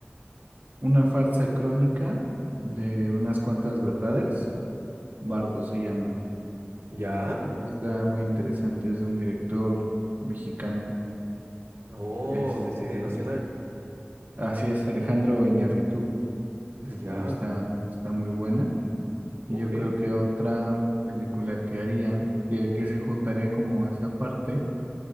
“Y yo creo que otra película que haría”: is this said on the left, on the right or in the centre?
Right